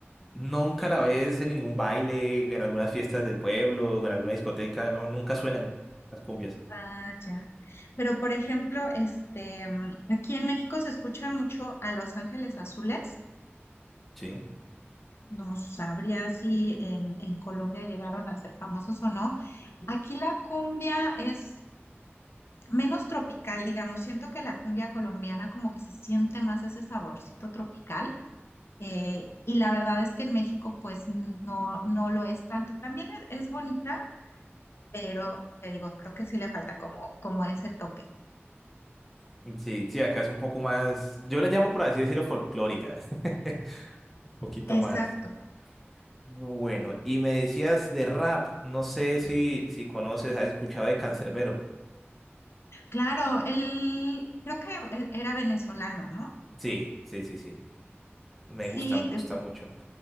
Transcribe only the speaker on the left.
Ah, ya. Pero por ejemplo, este, mm, aquí en México se escuchan mucho a Los Ángeles Azules.
No sabría si en, en Colombia llegaron a ser famosos o no. Aquí la cumbia es menos tropical, digamos. Siento que la cumbia colombiana como que se siente más ese saborcito tropical. eh, y la verdad es que en México pues no, no lo es tanto. También es, es bonita, pero te digo, creo que sí le falta como, como ese toque.
Exacto.
Claro, él creo que e- era venezolano, ¿no?
Sí,
te- pues,